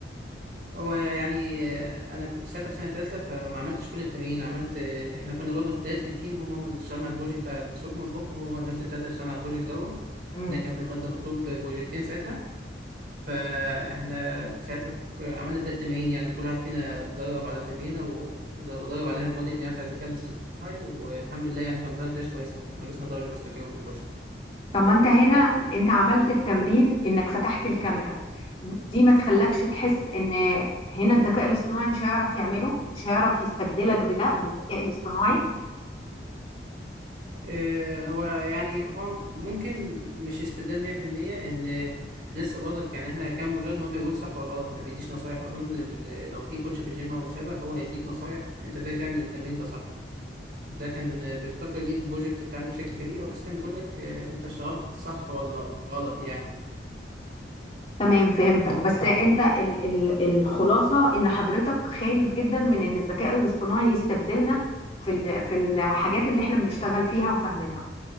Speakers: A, on the right (about 55°); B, on the left (about 30°).
A: هو يعني آه، انا كنت ساعتها في سنه تالتة فما عملتش كل التمرين عملت آه، احنا كنا برضو التلاته في التيم هم هم اللي اشتغلنا على البروجكت بتاع السوكمو البوكم هو هو نفس التلاته اللي اشتغلنا على البروجكت دوت
B: مم.
A: لان كان في الماده مطلوب بروجكتين ساعتها فاحنا ساعتها ك- عملنا تلات تمارين يعني كل واحد فينا اتدرب على تمرينة و- ودرب عليها الموديل يعني بتاع الذكاء الاصطناعي والحمد لله يعني كان طلعنا نتائج كويسة وناقصنا درجة بس تقريبا في البروجكت
B: طب ما انت هنا انت عملت التمرين انك فتحت الكاميرا م- دي ما تخلكش تحس ان هنا الذكاء الاصطناعي مش هيعرف يعمله مش هيعرف يستبدلك بده بالذكاء الاصطناعي
A: آه، هو يعني هو ممكن مش استبدال 100% ان لسه برضك يعني احنا كان مجرد ان هو بيقول صح ولا غلط ما بيديش نصايح اظن ال- لو في كوتش في الجيم او ما شابه هو هيديك نصايح انت ازاي تعمل التمرين ده صح ده كان بيفتقر ليه البروجكت بتاعنا بشكل كبير هو بس كان بيقول لك آه، انت اشتغلت صح ولا غلط يعني
B: تمام فهمتك بس انت ال ال الخلاصة ان حضرتك خايف جدا من ان الذكاء الاصطناعي يستبدلنا في ال- في الحاجات اللي احنا بنشتغل فيها وفاهمينها